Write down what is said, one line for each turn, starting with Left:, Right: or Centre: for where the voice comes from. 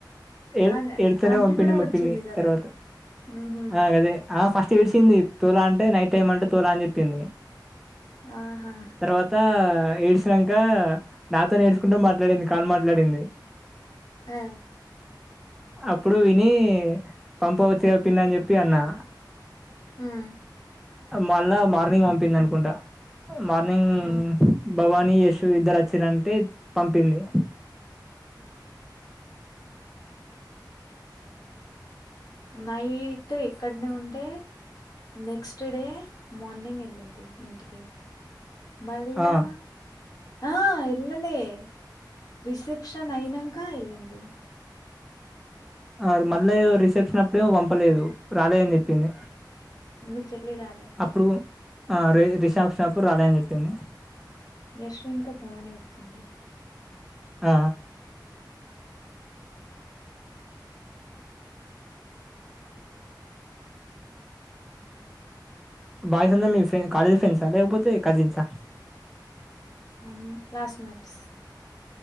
Centre: ఏడ్-ఏడుతనే
Left: ఆ ఆంటీ
Centre: పంపిది
Left: కూడా
Centre: మా
Left: వచ్చింది
Centre: పిన్ని
Left: కదా
Centre: తర్వాత
Left: ఉహు
Centre: ఆ గదే అ అ ఫస్ట్ ఏడ్స్ంది తోలా అంటే నైట్ టైమ్ అంటే తోలా అన్ జెప్పింది
Left: ఆహా
Centre: తర్వాత ఏడ్సీనంక నాతోనెడ్స్ కుంట మాట్లాడింది కాల్ మాట్లాడింది
Left: ఆ
Centre: అప్పుడు విని పంపవచ్చుగా పిన్ని అన్ జెప్పి అన్నా
Left: ఉమ్
Centre: అ మళ్ళా మార్నింగ్ పంపిందన్కుంటా మార్నింగ్
Left: ఉమ్
Centre: భవాన్ నీ యషు ఇద్దరచ్చిరంటే పంపింది
Left: అ నైయీట్ ఇక్కన్నె ఉంటే నెక్స్ట్ డే మార్నింగ్ ఎళ్ళింది ఇంటికి మళ్ళా
Centre: ఆ
Left: ఆహ్ ఎళ్ళలే రిసెప్షన్ అయినంక ఎళ్ళింది
Centre: ఆర్ మళ్ళ ఎదో రిసెప్షన్ అప్పుడేమో పంపలేదు రాలేదని చెప్పింది
Left: మి చెల్లి రాలె
Centre: అప్పుడు ఆ రి రిసెప్షన్ అపుడు రాలేదని చెప్పింది
Left: యశ్వి ఇంక భవాని వచ్చింది
Centre: ఆ బాయ్స్ అందరు మీ ఫ్రెన్ కాలేజ్ ఫ్రెండ్స్ అహ్ లేకపోతే కాజీన్సా
Left: అన్ క్లాస్మేట్స్